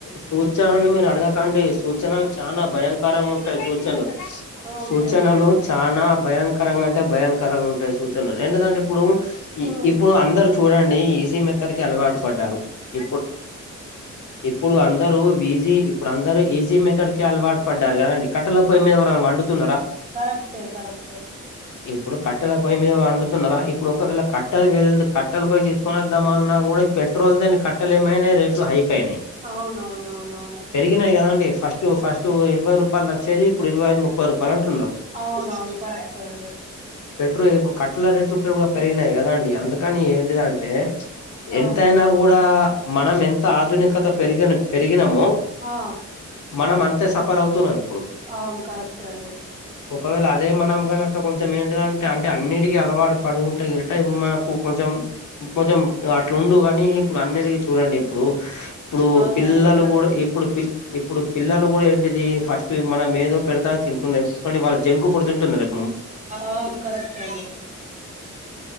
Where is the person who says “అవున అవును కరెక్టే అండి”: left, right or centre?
Right